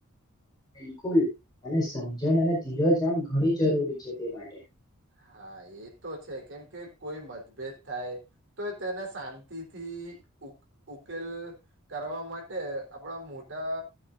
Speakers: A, on the left; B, on the right.
A: બિલકુલ અને સમજણ અને ધીરજ આમ ઘણી જરૂરી છે તે માટે
B: હા એ તો છે કેમ કે કોઈ મતભેદ થાય તો તેને શાંતિથી ઉકેલ કરવા માટે આપડા મોટા